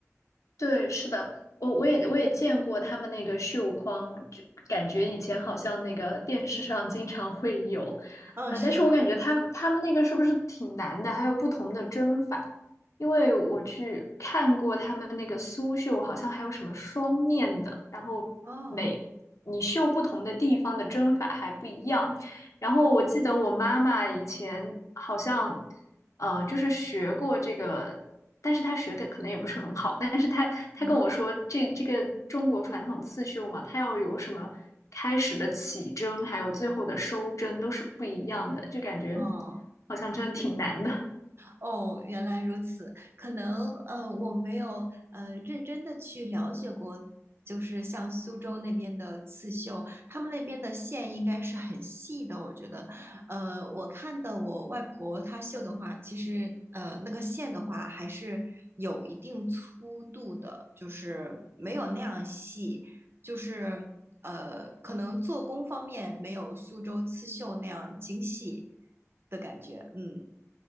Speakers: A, on the left (about 70°); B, on the right (about 45°).
A: 对，是的，我我也我也见过他们那个绣框，就感觉以前好像那个电视上经常会有，
B: 嗯，
A: 啊、
B: 是的，
A: 但是我感觉他们他们那个是不是挺难的？还有不同的针法，因为我去看过他们那个苏绣，好像还有什么双面的，然后每你绣不同的地方的针法还不一样。
B: 哦，
A: 然后我记得我妈妈以前好像，呃，就是学过这个。但是他学的可能也不是很好，但是他他跟我说这这个中国传统刺绣嘛，
B: 嗯
A: 它要有什么开始的起针，还有最后的收针都是不一样的，就感觉
B: 哦。
A: 好像真的挺难的。
B: 哦，原来如此。可能呃，我没有呃认真的去了解过，就是像苏州那边的刺绣，他们那边的线应该是很细的。我觉得，呃，我看的我外婆她绣的话，其实呃那个线的话还是有一定粗度的，就是没有那样细，就是呃可能做工方面没有苏州刺绣那样精细的感觉。嗯，